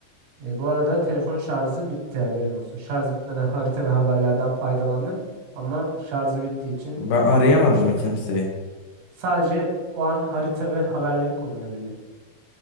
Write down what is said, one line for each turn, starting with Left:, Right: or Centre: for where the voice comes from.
Right: E, bu arada telefon şarjı bitti haberin olsun. Şarj bitmeden harita ve haberlerden faydalandın ama şarjı bittiği için
Left: Ben arayamadım
Right: tek başına
Left: mı
Right: kaldın.
Left: kimseyi?
Right: Sadece o an harita ve haberleri kullanabildin.